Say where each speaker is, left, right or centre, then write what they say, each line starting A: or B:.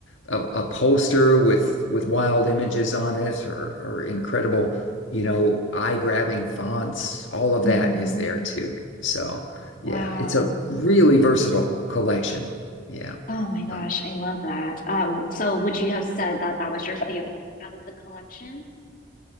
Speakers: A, on the left; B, on the left.
A: of a poster with with wild images on it or or incredible, you know, eye-grabbing fonts, all of
B: hmm
A: that is there too. So, yeah,
B: Wow.
A: it's a really versatile collection. Yeah.
B: Oh my gosh,
A: So.
B: I love that. Uh, w- so would you have said that that was your favorite out of the collection?